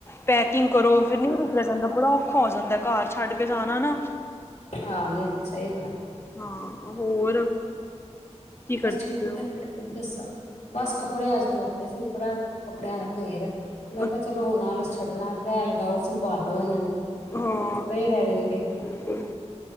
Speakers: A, on the left; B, on the left.
A: ਪਤ। <unintelligible> ਕੁਕਿੰਗ ਕਰੋ ਫਿਰ ਨਹੀਂ ਨਿਕਲਿਆ ਜਾਂਦਾ ਬੜਾ ਔਖਾ ਹੁੰਦਾ ਹੋ ਜਾਂਦਾ ਹੈ ਘਰ ਛੱਡ ਕੇ ਜਾਣਾ ਨਾ।
B: ਹਾਂ ਨਹੀਂ ਨਹੀਂ ਸਹੀ ਗੱਲ।
A: ਹਾਂ ਹੋਰ? ਕੀ ਕਰਦੇ
B: ਬਸ ਠੀਕ
A: ਪਏ ਹੋ?
B: ਵਧੀਆ ਤੁਸੀਂ ਦੱਸੋ ਬਸ ਕੱਪੜੇ ਅੱਜ ਧੋਤੇ ਸੀ ਬੜਾ ਕੱਪੜਿਆਂ ਦਾ। ਢੇਰ
A: ਅੱਛਾ
B: ਮੈਂ ਕਿਹਾ ਚਲੋ ਹੁਣ ਆਲਸ ਛੱਡਣਾ। ਤਯੱ ਲਗਓ ਸੰਭਾਲੋ ਇਹਨਾਂ ਨੂੰ।
A: ਹਾਂ
B: ਨਹੀਂ ਤਾਂ ਪਏ ਰਹਿ ਜਾਣਗੇ
A: ਬਿਲਕੁਲ